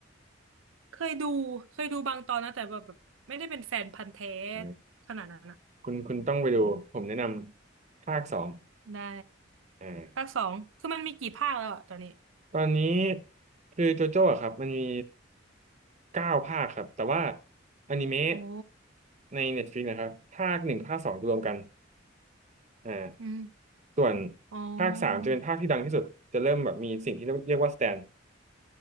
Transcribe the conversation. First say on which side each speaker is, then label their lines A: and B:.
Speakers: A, on the right (about 85°); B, on the right (about 35°).
A: เคยดูเคยดูบางตอนนะแต่แบบแบบไม่ได้เป็นแฟนพันธุ์แท้
B: อ่า
A: ขนาดนั้นอ่ะ
B: คุณคุณต้องไปดูผมแนะนำภาคสอง
A: อืมได้
B: อ่า
A: ภาคสองคือมันมีกี่ภาคแล้วอะตอนนี้
B: ตอนนี้คือโจโจ้อะครับมันมีเก้าภาคครับแต่ว่าอนิเมะ
A: โอ้
B: ใน Netflix นะครับภาคหนึ่งภาคสองรวมกันอ่า
A: อืม
B: ส่วน
A: อ๋อ
B: ภาคสามจะเป็นภาคที่ดังที่สุดจะเริ่มแบบมีสิ่งที่เรียกว่าสแตน